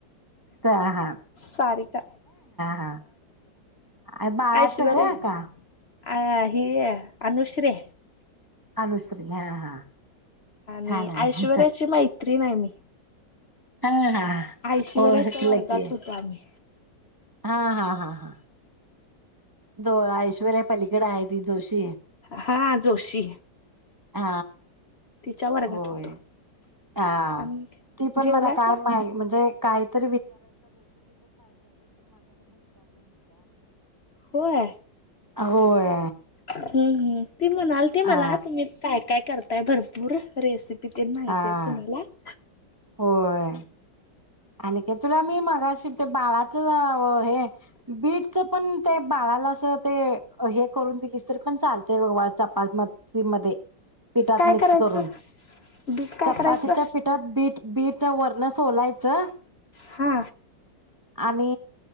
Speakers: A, on the right; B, on the left.
A: <unintelligible> हा
B: सारिका
A: हा अ बाळाच
B: ऐश्वर्या
A: ग आका
B: अ हि अनुश्रे
A: अनुश्री हा हा
B: आणि
A: छान आहे
B: ऐश्वर्याची मैत्रीण हाय मी
A: हा हा
B: ऐशवर्याच्या
A: ओळखलं
B: वर्गात
A: की
B: होतो आम्ही.
A: हा हा हा हा दोन ऐश्वर्या पलीकड आहे ती जोशी,
B: ह हां जोशी,
A: हा
B: तिच्या वर्गात
A: होय
B: होतो.
A: हा
B: आणि
A: ती पण
B: जेवलासा?
A: मला काय माहित म्हणजे, कायत
B: होय
A: अ होय
B: हम्म हम् ती म्हणाल ती
A: हा
B: मला तुम्ही काय काय करताय भरपूर रेसि <unintelligible>
A: हा होय आणखे तुला मी मगाशी ते बाळाचं हे बीटच पण ते बाळाला असं ते हे करून दिलीस तर पण चालते बाळ चपात मध ती मधे पिठात
B: काय
A: मिक्स
B: करायचं
A: करून,
B: बीट काय
A: चपातीच्या
B: करायचं
A: पिठात बीट बीट वरण सोलायचं
B: हा
A: आणि